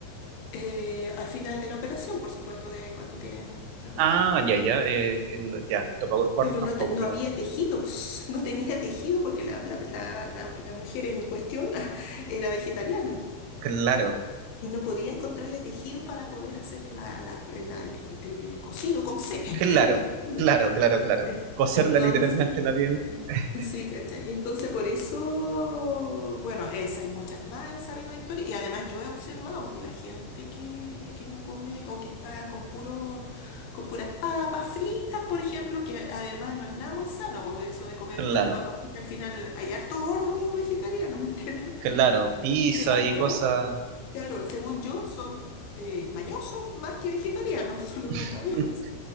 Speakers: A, on the left; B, on the right.
A: eh, al final de la operación, por supuesto, de cuando tienen la guagua.
B: Ah, ya, ya. eh, el- ya, Topagor cuarto
A: Pero
B: tampoco,
A: no, te- no
B: pero.
A: había tejidos, <laughs> no tenía tejido porque la, la- la- la- la mujer en cuestión <laughs> era vegetariana
B: Claro,
A: y no podía encontrarle tejidos para poder hacer la- la- la- el, el cosido con C, <laughs>
B: claro,
A: el cosido.
B: claro, claro, claro.
A: Eh,
B: Coserla
A: Entonces,
B: literalmente la piel. <laughs>
A: Sí, ¿cachai? Entonces, por eso, bueno, esa y muchas más he sabido de historia. Y además yo he observado que la gente que, que no come o que está con puro, con puras papas fritas, por ejemplo, que además no es nada muy sano, porque eso de comer
B: Claro,
A: puras papas fritas, al final hay harto gordo vegetariano, <laughs> ¿me entiendes?
B: claro. Pizza
A: Y según
B: y
A: yo,
B: cosas.
A: claro, según yo son eh, mañosos más que vegetarianos, <laughs> son unos
B: <laughs>
A: mañosos